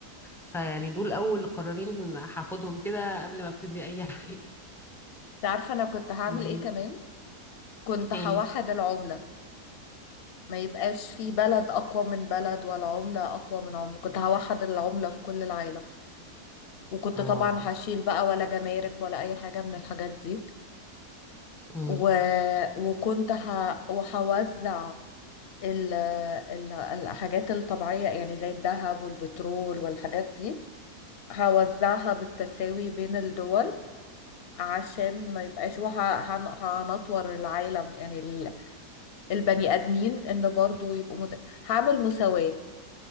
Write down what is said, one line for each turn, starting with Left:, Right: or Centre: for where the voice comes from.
Centre: فيعني دول اول قرارين هاخدهم كده قبل ما ابتدي اي <laughs> حاجة
Left: تعرف انا كنت هعمل
Centre: مم.
Left: ايه كمان كنت هوحد
Centre: ايه
Left: العملة ما يبقاش في بلد اقوى من بلد ولا عملة اقوى من عملة كنت هوحد العملة في كل العالم وكنت
Centre: اه
Left: طبعا هشيل بقى ولا جمارك ولا اي حاجة من الحاجات دي
Centre: مم.
Left: و... وكنت ه... وهوزع ال... ال... الحاجات الطبيعية يعني زي الذهب والبترول والحاجات دي هوزعها بالتساوي بين الدول عشان ما يبقاش وهنطور العالم يعني البني آدمين إن برضو يبقوا مت... هعمل مساواة